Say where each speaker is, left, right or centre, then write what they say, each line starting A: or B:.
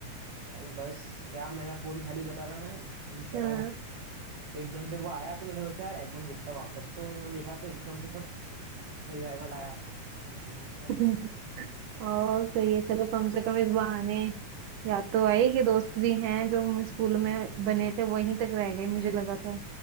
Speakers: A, on the right; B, on the right.
A: अरे बस क्या मेरा फोन खाली कर रहा था मैं स्विच कर
B: हाँ
A: रहा था तो एकदम से वो आया तो मैंने सोचा यार एल्बम देखता हूँ वापस तो वो देखा तो एकदम से सब रिवाइवल आया memories का
B: <laughs> और सही है चलो कम से कम इस बहाने याद तो आई कि दोस्त भी हैं जो हम स्कूल में
A: हम्म, हम्म,
B: बने थे वहीं तक रह गए मुझे लगा था